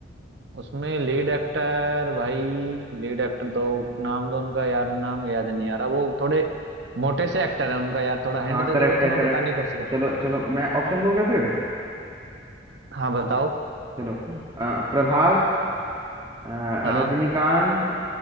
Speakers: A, on the right; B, on the right.
A: उसमें लीड एक्टर भाई लीड एक्टर दो नाम दो उनका यार नाम याद नहीं आ रहा वो थोड़े मोटे से एक्टर है उनका यार थोड़ा हिंट
B: हाँ
A: दे
B: करेक्ट
A: दोगे तो
B: है करेक्ट
A: मैं बताने की कोशिश कर
B: चलो चलो मैं ऑप्शन दूंगा फिर
A: हाँ बताओ
B: चलो हम्म, अ, प्रभास अ,
A: हाँ
B: रजनीकांत